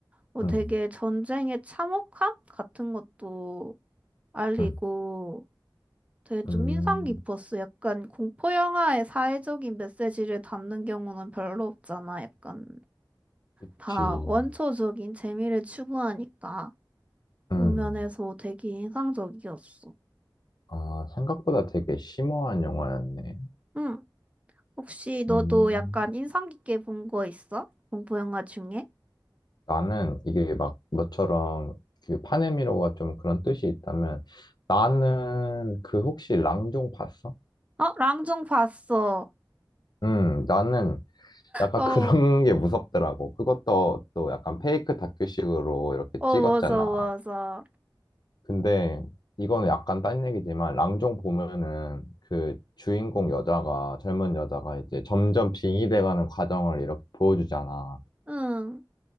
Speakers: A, on the right; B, on the left.
A: 뭐
B: 응,
A: 되게 전쟁의 참혹함 같은 것도 알리고
B: 응,
A: 되게 좀
B: 응,
A: 인상 깊었어. 약간 공포 영화의 사회적인 메시지를 담는 경우는 별로 없잖아. 약간
B: 그치.
A: 다 원초적인 재미를 추구하니까 그런
B: 응.
A: 면에서 되게 인상적이었어.
B: 아, 생각보다 되게 심오한 영화였네.
A: 응. 혹시 너도
B: 음.
A: 약간 인상 깊게 본 거 있어? 공포 영화 중에?
B: 나는 이게 막 너처럼 그 파네미로가 좀 그런 뜻이 있다면 나는 그 혹시 랑종 봤어?
A: 어, 랑중 봤어.
B: 음, 나는 약간
A: 어,
B: <laughs> 그런 게 무섭더라고. 그것도 또 약간 페이크 다큐식으로 이렇게
A: 어,
B: 찍었잖아.
A: 맞아, 맞아.
B: 근데 이거는 약간 딴 얘기지만 랑종 보면은 그 주인공 여자가 젊은 여자가 이제 점점 빙의돼가는 과정을 이렇게 보여주잖아.
A: 응,